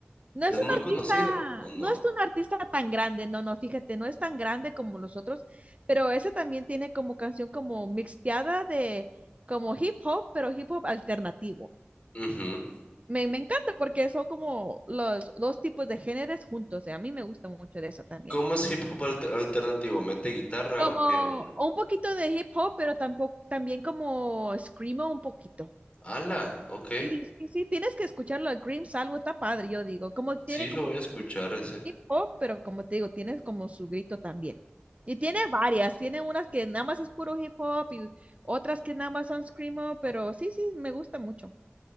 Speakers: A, on the right (about 30°); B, on the left (about 30°).
A: no
B: ¿Es
A: es un
B: muy
A: artista,
B: conocido o no?
A: no es un artista tan grande, no, no, fíjate, no es tan grande como los otros, pero ese también tiene como canción como mixteada de como hip hop, pero hip hop alternativo.
B: Ujú.
A: Me, me encanta porque son como los dos tipos de géneros juntos. y A mí me gusta mucho de eso también.
B: ¿Cómo es hip hop alter- alternativo? ¿Mete guitarra
A: Como
B: o qué onda?
A: un poquito de hip hop, pero tampoco, también como screamo un poquito.
B: ¡Hala! Ok.
A: Sí, sí, sí, tienes que escucharlo a Cream Salvo, está padre, yo digo. Como tiene
B: Sí, lo
A: como
B: voy a escuchar ese.
A: hip hop, pero como te digo, tienes como su grito también. Y tiene varias, tiene unas que nada más es puro hip hop y otras que nada más son screamo, pero sí, sí, me gusta mucho.